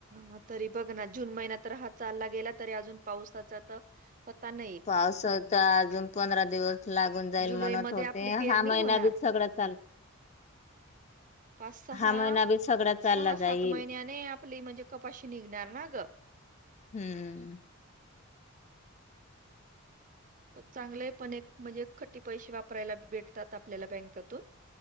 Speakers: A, on the right (about 35°); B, on the left (about 30°).
A: हा तरी बघ ना जून महिनात तर हा चालला गेला तरी अजून पावसाचा तर पता नाही
B: पाऊसता अजून पंधरा दिवस लागून जाईल
A: जुलैमध्ये
B: म्हणत होते
A: आपली पेरणी
B: हा महिना
A: होणार
B: बी सगळा चाल
A: पाच सहा
B: हा महिना बी सगळा चालला
A: सहा सात
B: जाईल
A: महिन्याने आपली म्हणजे कपाशी निघणार ना ग
B: हम्म
A: चांगले पण एक म्हणजे खटी पैसे वापरायला भेटतात आपल्याला बँकेतून